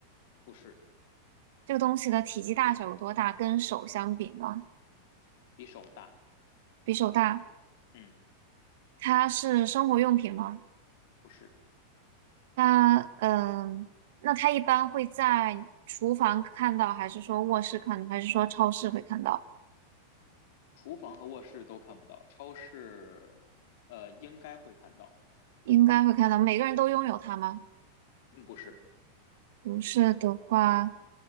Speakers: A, on the left; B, on the right.
A: 不是，
B: 这个东西的体积大小有多大？跟手相比呢？
A: 比手大。
B: 比手大。
A: 嗯，
B: 它是生活用品吗？
A: 不是。
B: 那嗯，那他一般会在厨房看到，还是说卧室看到，还是说超市会看到？
A: 厨房和卧室都看不到，超市，呃，应该会看到。
B: 应该会看到。每个人都拥有它吗？
A: 嗯，不是。
B: 不是的话，